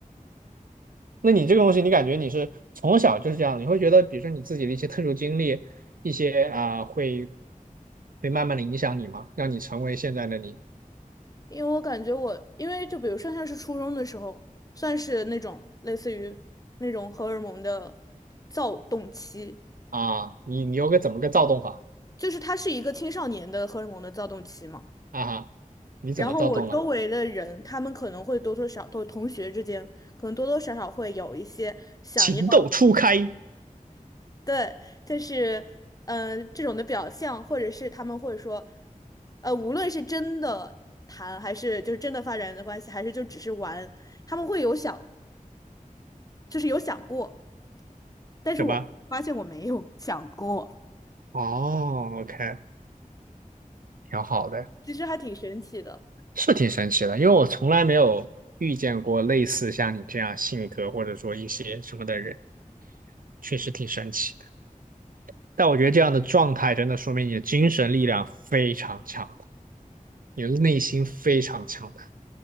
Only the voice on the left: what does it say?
因为我感觉我，因为就比如上像是初中的时候，算是那种类似于那种荷尔蒙的躁动期，
就是它是一个青少年的荷尔蒙的躁动期嘛。
然后我周围的人，他们可能会多多少都同学之间，可能多多少少会有一些想要，
对，就是嗯、呃这种的表象，或者是他们会说，呃，无论是真的谈，还是就是真的发展的关系，还是就只是玩，他们会有想，就是有想过，但是我发现我没有想过，
其实还挺神奇的。